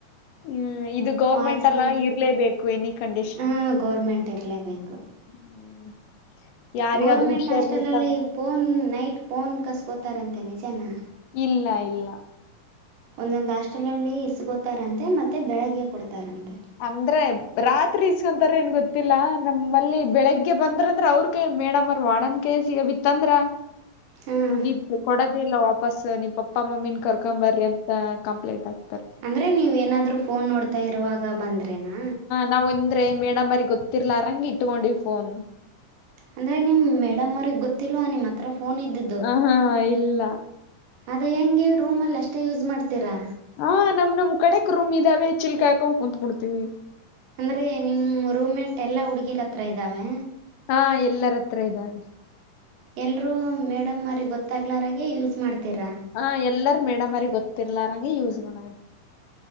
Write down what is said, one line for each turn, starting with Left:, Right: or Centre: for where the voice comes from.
Left: ಹ್ಮ್ ಇದು ಗೌರ್ಮೆಂಟ್
Right: ವಾಚ್ಮೆನ್
Left: ಅಲ್ಲ ಇರ್ಲೇಬೇಕು ಎನಿ ಕಂಡೀಷನ್
Right: ಹಾಂ ಗೌರ್ಮೆಂಟ್ ಇರಲೇಬೇಕು
Left: <inaudible>
Right: ಗೋರ್ಮೆಂಟ್
Left: ಹುಷಾರ್ಲಿಕ್ಕಂದ್ರೆ
Right: ಹಾಸ್ಟೆಲಲ್ಲಿ ಫೋನ್ ನೈಟ್ ಫೋನ್ ಕಸ್ಕೋತಾರಂತೆ ನಿಜಾನಾ
Left: ಇಲ್ಲ ಇಲ್ಲ
Right: ಒಂದೊಂದು ಹಾಸ್ಟೆಲಲ್ಲಿ ಈಸ್ಕೊತಾರಂತೆ ಮತ್ತೆ ಬೆಳಗ್ಗೆ ಕೊಡ್ತಾರಂತೆ
Left: ಅಂದ್ರೆ ರಾತ್ರಿ ಇಸ್ಕೊಂತಾರ ಏನ್ ಗೊತ್ತಿಲ್ಲ ನಮ್ಮಲ್ಲಿ ಬೆಳಿಗ್ಗೆ ಬಂದ್ರಂದ್ರೆ ಅವ್ರು ಮೇಡಮ್ರ್ ವಾಡನ್ ಕೈಗೆಸಿಗ ಬಿತ್ತಂದ್ರ
Right: ಹಾಂ
Left: ಮುಗೀತು ಕೊಡೋದೇ ಇಲ್ಲಾ ವಾಪಾಸ್ ವಪುಸ್ ನಿಮ್ಮ ಪಪ್ಪಾ ಮಮ್ಮಿನ್ ಕರ್ಕೊಂಬರ್ರಿ ಅಂತ ಕಂಪ್ಲೇಂಟ್ ಆಗ್ತಾರ
Right: ಅಂದ್ರರೆ ನೀವ ಏನಾದರೂ ಫೋನ್ ನೋಡ್ತಾ ಇರುವಾಗ ಬಂದ್ರೇನಾ
Left: ನಾವು ಇಂದ್ರೆ ಮೇಡಮರಿ ಗೊತ್ತಿರ್ಲರಂಗಗೆ ಇಟ್ಕೊಂಡಿದೀವಿ ಫೋನ್
Right: ಅಂದ್ರೆ ನಿಮ್ಮ ಮೇಡ್ ಅವ್ರಿಗೆ ಗೊತ್ತಿಲ್ ನಿಮ್ಮ ಹತ್ರ ಫೋನ್ ಇದ್ದು
Left: ಹ ಹಾ ಇಲ್ಲ
Right: ಅದು ಹೆಂಗೆ ರೂಮಲ್ಲಿ ಅಷ್ಟೇ ಯೂಸ್ ಮಾಡ್ತೀರಾ
Left: ಹಾ ನಮ್ ನಮ್ ಕಡೆಕ್ ರೂಮ್ ಇದಾವೆ ಚಿಲ್ಕಾಯ ಹಾಕೊಂಡ್ ಕುತ್ ಬಿಡ್ತಿವಿ
Right: ಅಂದ್ರೆ ನಿಮ್ಮ್ ರೂಮೆಂಟ್ ಎಲ್ಲಾ ಹುಡ್ಗಿರ ಹತ್ರ ಇದ್ದಾವೆ
Left: ಹಾ ಎಲ್ಲರ ಹತ್ರ ಇದ್ದಾವೆ
Right: ಎಲ್ಲರೂ ಮೇಡಮ್ ಅವ್ರಿಗೆ ಗೊತ್ತಾಗಲಾರದೆ ಯೂಸ್ ಮಾಡ್ತೀರಾ
Left: ಹ ಎಲ್ಲಾರ ಮೇಡಮ್ರಿ ಗೊತ್ತಿಲಾರಂಗೆ ಯೂಸ್ ಮಾಡ